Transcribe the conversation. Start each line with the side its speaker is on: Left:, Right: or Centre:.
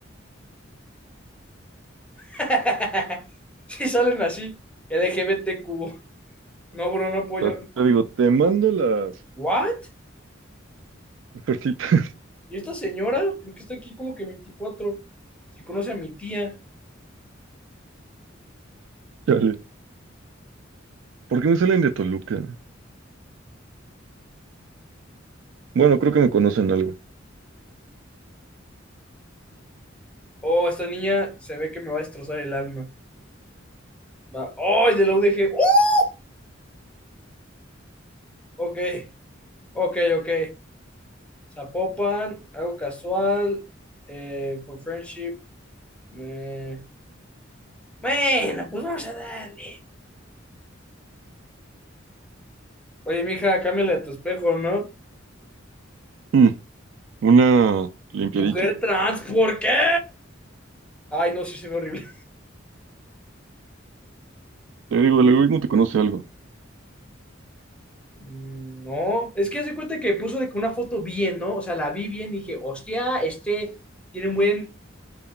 Centre: <laughs> Sí salen así. LGBTQ. No, bro, no apoyo.
Right: O sea, te digo, te mando las
Centre: ¿What?
Right: ofertitas,
Centre: ¿Y esta señora? ¿Por qué está aquí como que veinticuatro. Si conoce a mi tía.
Right: <laughs> chale. ¿Por qué me salen de Toluca? Bueno, creo que me conocen algo.
Centre: Oh, esta niña se ve que me va a destrozar el alma. Va. Oh, de la UDG. ¡Uh! Ok, ok, ok. Zapopan, algo casual. eh, for friendship. eh, Bueno, pues vamos a darle. Oye, mija, cámbiale de tu espejo, ¿no?
Right: Mm, una limpiadita.
Centre: Mujer trans, ¿por qué? Ay, no, sí se ve horrible.
Right: Te digo, el algoritmo te conoce algo.
Centre: Mm, No, es que hace cuenta que puso de que una foto bien, ¿no? O sea, la vi bien y dije, hostia, este tiene un buen